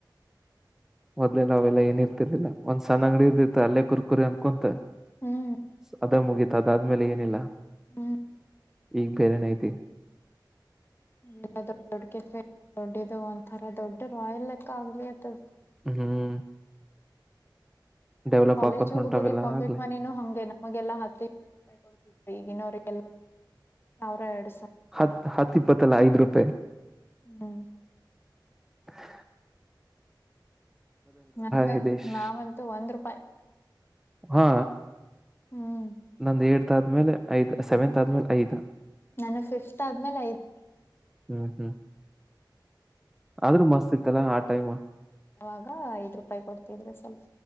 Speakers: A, in the centre; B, on the left.
A: ಮೊದ್ಲೆ ನೆಲ್ಲ ಏನ ಇರ್ತಿರ್ಲಿಲ್ಲ ಒಂದ್ ಸಣ್ಣ ಅಂಗಡಿ ಇರ್ದತೆ ಅಲ್ಲೇ ಕುರ್ಕುರಿ ಅನ್ಕೊಂತ
B: ಹ್ಮ್
A: ಸ ಅದ ಮುಗಿತ. ಅದಾದ್ಮೇಲೆ ಏನಿಲ್ಲಾ.
B: ಹ್ಮ್
A: ಈಗ ಬೇರೆನೈತಿ
B: ಇಲ್ಲಾ ದೊಡ್ಡ ದೊಡ್ಡ ಕೆಫ ದೊಡ್ಡದು ಒಂಥರಾ ದೊಡ್ಡ ರಾಯಿಲ್ ಲೆಕ್ಕ ಆಗ್ಲಿ ಅತದ.
A: ಹ್ಮ್ ಡೆವಲಪ್
B: ಕಾಲೇಜ್
A: ಹಾಕೋತ
B: ಹುಡ್ಗುರಿ
A: ಹೊಂಟಾವೆಲ್ಲ
B: ಪಾಕೆಟ್
A: ಆಗ್ಲಿ
B: ಮನಿನೂ ಹಂಗೆ ನಮಗೆಲ್ಲಾ ಹತ್ತು ಇಪ್ಪತ್ತು ರೂಪಾಯಿ ಕೊಡ್ತಿ ಈಗಿನವ್ರಿಗೆಲ್ಲಾ <unintelligible> ಎಡಸ್
A: ಹತ್ ಹತ್ ಇಪ್ಪತ್ತಲ್ಲ ಐದ್ ರೂಪೆ
B: ಹ್ಮ್
A: <inaudible>
B: ನ
A: ಹೆ ದೇಶ್
B: ನಾವಂತೂ ಒಂದ್ ರೂಪಾಯಿ
A: ಹಾ
B: ಹ್ಮ್
A: ನಂದ ಎ ತ್ ಆದ್ಮೇಲೆ ಐದ್ ಸೆವೆಂತ್ ಆದ್ಮೇಲೆ ಐದ್
B: ನಾನ ಫಿಫ್ತ್ ಆದ್ಮೇಲೆ ಐದ
A: ಹ್ಮ ಹ್ಮ್ ಆದ್ರೂ ಮಸ್ತ್ ಇತ್ತಲ್ಲಾ ಆ ಟೈಮ್
B: ಆಗಾ ಐದ್ ರೂಪಾಯಿ ಕೊಡ್ತಿದ್ರ ಸ್ವಲ್ಪ.